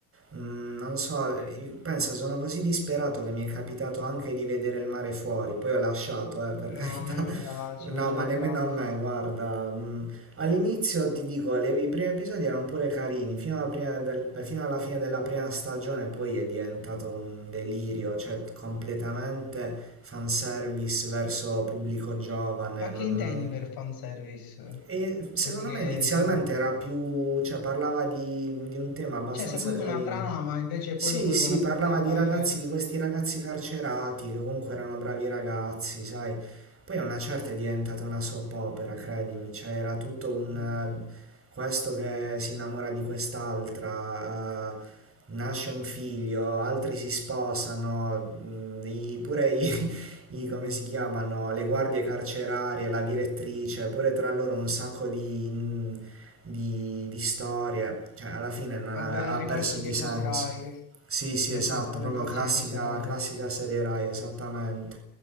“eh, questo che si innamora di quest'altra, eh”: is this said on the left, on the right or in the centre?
Right